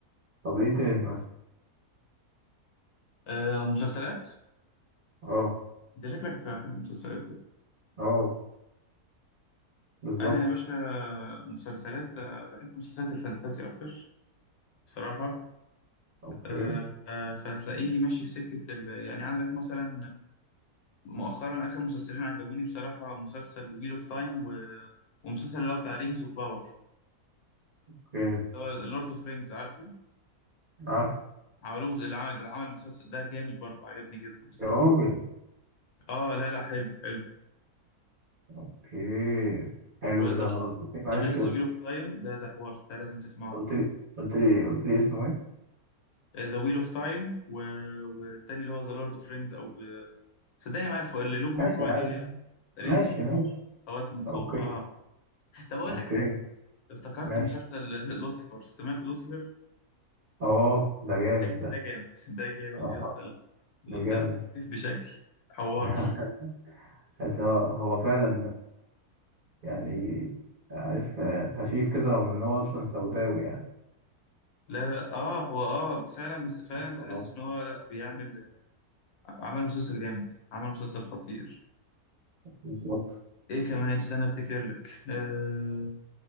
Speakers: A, on the right; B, on the left.
A: طب ايه تاني مثلا
B: آه، مسلسلات
A: اه
B: انت شكلك بتحب المسلسلات بقى
A: اه بالظبط
B: انا يا باشا مسلسلات آه، بحب مسلسلات الفانتازي اكتر بصراحة
A: اوكي
B: آه، آه، فتلاقيني ماشي في سكة ال... يعني عندك مثلا مؤخرا آخر مسلسلين عجبوني بصراحة مسلسل ويل اوف تايم و... ومسلسل اللي هو بتاع رينجز اوف باور
A: اوكي
B: اللي هو اللورد اوف رينجز عارفه
A: عارف
B: عملوه اللي عمل اللي عمل المسلسل ده جامد برضه عجبني جدا بصراحة
A: يا راجل
B: اه لا لا حلو حلو
A: اوكي حلو
B: وده
A: ده
B: غ-
A: قلت لي معلش
B: ده غير ذا
A: قلت
B: ويل اوف
A: لي
B: تايم ده ده حوار ده لازم تسمعه
A: قلت لي قلت لي قلت لي اسمه ايه
B: ذا ويل اوف تايم و... والتاني اللي هو ذا لورد اوف رينجز او آه، صدقني معايا اللوجو
A: ماشي
B: مكتوب
A: انا
B: عليه
A: عارف
B: رينجز
A: ماشي
B: اوف باور
A: ماشي
B: خواتم القوة
A: اوكي
B: اه طب اقول
A: اوكي
B: لك حاجه افتكرت
A: ماشي
B: مسلسل <laughs> لوسيفر سمعت لوسيفر
A: اه ده جامد
B: ده
A: ده
B: ده جامد <laughs> ده جامد
A: اه
B: يا اسطى دمه
A: ده جامد
B: خفيف بشكل حوار
A: <laughs> بس هو هو فعلا يعني عارف خفيف كده رغم ان هو اصلا سوداوي يعني
B: لا لا اه هو اه فعلا بس فعلا
A: بالظبط
B: تحس ان هو لا بيعمل عمل مسلسل جامد عمل مسلسل خطير
A: بالظبط.
B: ايه كمان استنى افتكر لك آه